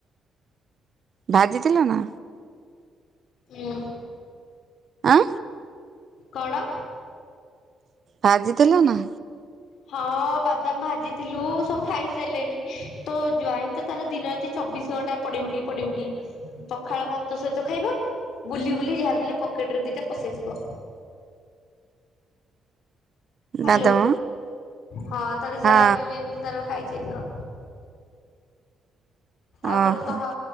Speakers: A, on the right; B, on the left.
A: ଭାଜିଥିଲ ନା।
B: ଉଁ।
A: ଆଁ
B: କଣ?
A: ଭାଜିଥିଲା ନା।
B: ହଁ ବାଦାମ ଭାଜିଥିଲୁ ସବୁ ଖାଇସାରଲେଣି ତୋ ଜ୍ବାଇଁ ତ ତାର ଦିନ ରାତି ଚବିଶ ଘଣ୍ଟା ପଡି ଉଠି ପଡି ଉଠି ପଖାଳ ଭାତ ସହିତ ଖାଇବ, ବୁଲି ବୁଲି ଯାହାବି ହେଲେ ପକେଟରେ ଦିଟା ପସେଇଥିବ। ହ୍ୟାଲୋ,
A: ବାଦାମ
B: ହଁ ତାର ଯାହା
A: ହଁ
B: ବି ହେଲେ ଏମତି ତାର ଖାଇ ଚାଲିବ, ଆଉ
A: ଓହୋ।
B: କଣ କହ।